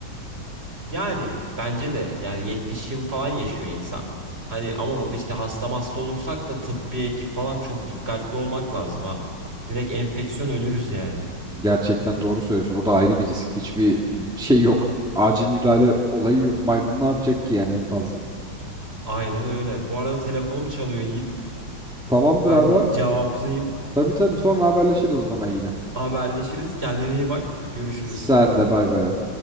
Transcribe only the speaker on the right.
Yani bence de yani 70 yıl falan yaşıyor insan. Hani ama orada işte hasta hasta olursak da tıbbi ekip falan çok dikkatli olmak lazım ha. Direkt enfeksiyon ölürüz yani.
Aynen öyle. Bu arada telefonum çalıyor Yiğit.
Ben
bir cevaplayayım.
Haberleşiriz. Kendine iyi bak. Görüşürüz.